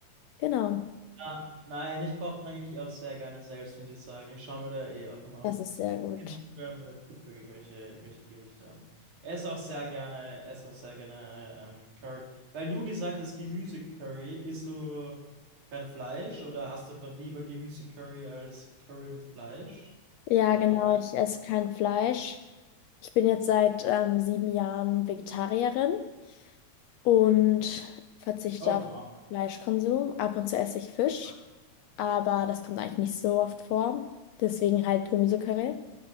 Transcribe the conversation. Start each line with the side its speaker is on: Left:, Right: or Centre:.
Left: Genau,
Right: Ah, nein, ich koche eigentlich auch sehr gerne selbst, muss ich sagen. Ich schaue mir da eh auch immer
Left: das
Right: auf
Left: ist sehr gut.
Right: Instagram oder TikTok irgendwelche, irgendwelche Gerichte an. Ess auch sehr gerne, ess auch sehr gerne ähm, Curry. Weil du gesagt hast, Gemüse-Curry, isst du kein Fleisch oder hast du einfach lieber Gemüse-Curry als Curry mit Fleisch?
Left: Ja,
Right: Oder
Left: genau.
Right: wie?
Left: Ich esse kein Fleisch. Ich bin jetzt seit ähm, sieben Jahren Vegetarierin und verzichte
Right: Oh,
Left: auf
Right: wow.
Left: Fleischkonsum. Ab und zu esse ich Fisch,
Right: <laughs>
Left: aber das kommt eigentlich nicht so oft vor. Deswegen halt Gemüsecurry.